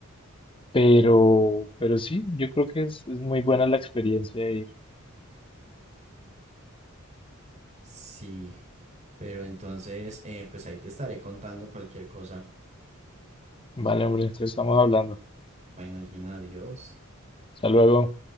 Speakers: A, on the left (about 25°); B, on the right (about 35°).
A: Pero, pero sí, yo creo que es, es muy buena la experiencia de ir.
B: Sí, pero entonces, eh, pues ahí te estaré contando cualquier cosa.
A: Vale, hombre, entonces estamos hablando.
B: Bueno, Gina, adiós.
A: Hasta luego.